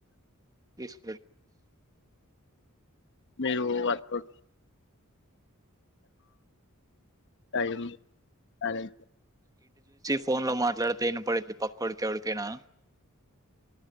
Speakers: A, on the right; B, on the left.
A: థిస్
B: మీరు వర్కౌట్ టైం అదే
A: ఫోన్లో మాట్లాడితే ఇనపడింది పక్లోడ్కి ఎవడ్కైనా